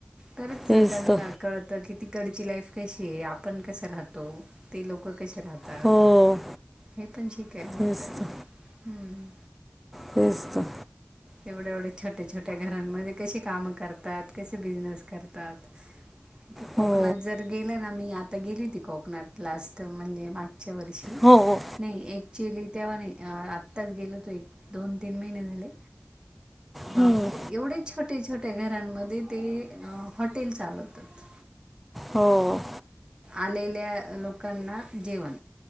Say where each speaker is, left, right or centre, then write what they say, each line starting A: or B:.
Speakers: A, on the right; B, in the centre.
A: तरच
B: तेच
A: त्यांना
B: तर
A: कळत कि तिकडची लाईफ कशी आहे आपण कसं राहतो ते लोक कसे राहत राहता
B: हो
A: हे पण शिकायला
B: तेच
A: मिळत ना.
B: तर
A: हम्म
B: तेच तर
A: एवढ्या एवढ्या छोट्या छोट्या घरांमध्ये कशी कामं कर तात कसे बिजनेस करतात कोकणात
B: हो
A: जर गेलं ना मी आता गेली हो ती कोकणात लास्ट म्हणजे मागच्या वर्षी
B: हो हो
A: नाही ॲक्च्युअली तेव्हा नाही आत्ताच गेलो होतो एक दोन तीन महिने झाले बापरे
B: हम्म,
A: एवढे छोटे छोटे घरांनमध्ये ते हॉटेल चालवतात
B: हो
A: आलेल्या लोकांना जेवण